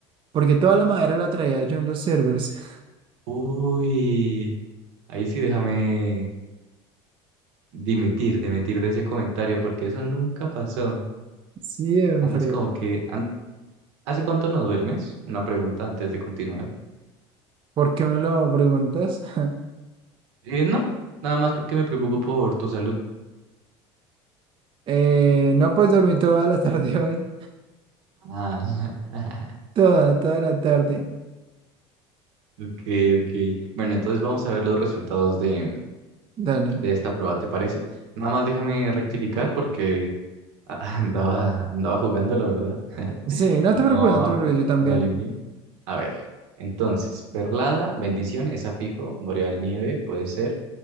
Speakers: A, on the right; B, on the right.
A: Porque toda la madera la traía yo en los servers. <laughs>
B: uy, ahí sí déjame dimitir, dimitir de ese comentario, porque eso nunca pasó.
A: Siempre.
B: Andas como que... an- ¿Hace cuánto no duermes? Una pregunta antes de continuar.
A: ¿Por qué me lo preguntas? <laughs>
B: Eh, no, nada más porque me preocupo por tu salud.
A: Eh, no, pues dormí toda la <laughs> tarde hoy.
B: Ah. <laughs>
A: Toda, toda la tarde.
B: Ok, ok. Bueno, entonces vamos a ver los resultados de,
A: Dale.
B: de esta prueba, ¿te parece? Nada más déjame rectificar porque a- <laughs> andaba, andaba jugando, la verdad, <laughs>
A: Sí, no
B: y
A: te preocupes,
B: no,
A: no te preocupes,
B: eh,
A: yo también.
B: no alineé. A ver, entonces, perlada, bendición, esa fijo, boreal nieve, puede ser.